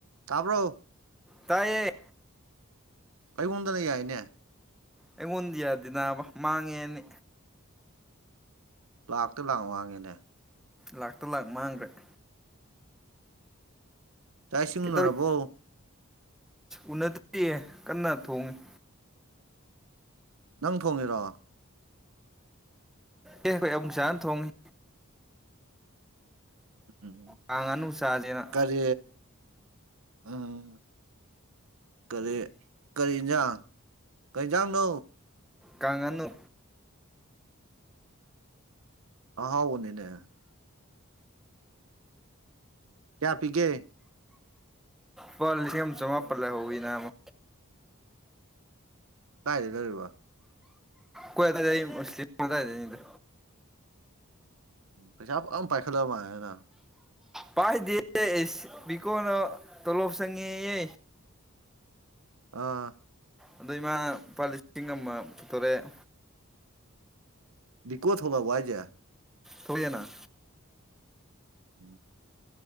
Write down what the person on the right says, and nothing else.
ꯇꯕ꯭ꯔꯣ
ꯑꯩꯉꯣꯟꯗꯅ ꯌꯥꯏꯅꯦ꯫
ꯂꯥꯛꯇ ꯂꯥꯛ ꯃꯥꯡꯉꯦꯅꯦ꯫
ꯆꯥꯛ ꯏꯁꯤꯡ
ꯎꯅꯔꯕꯣ꯫
ꯅꯪ ꯊꯣꯡꯉꯤꯔꯣ꯫
ꯎꯝ
ꯀꯔꯤ ꯎꯝ ꯀꯔꯤ꯫ ꯀꯔꯤ ꯏꯟꯖꯥꯡ ꯀꯔꯤꯏꯟꯖꯥꯡꯅꯣ꯫
ꯑꯍꯥꯎꯕꯅꯤꯅꯦ꯫ ꯀꯌꯥ ꯄꯤꯒꯦ꯫
ꯀꯗꯥꯥꯏꯗꯩ ꯂꯩꯔꯤꯕ꯫
ꯄꯩꯁꯥ ꯐꯝ ꯄꯥꯢꯈꯠꯂ ꯃꯥꯂꯦꯅꯦ ꯅꯪ
ꯑꯥ
ꯚꯤꯀꯣ ꯊꯣꯂꯕꯣ ꯍꯥꯢꯖꯦ
ꯎꯝ